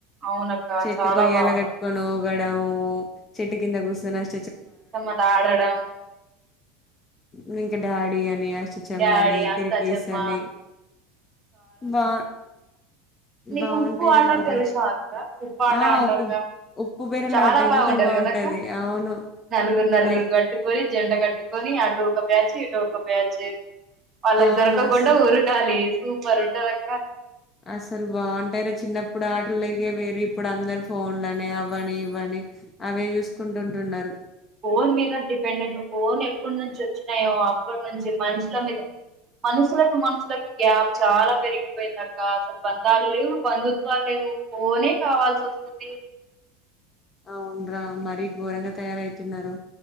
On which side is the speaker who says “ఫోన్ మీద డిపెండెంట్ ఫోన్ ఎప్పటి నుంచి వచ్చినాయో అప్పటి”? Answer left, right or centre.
Right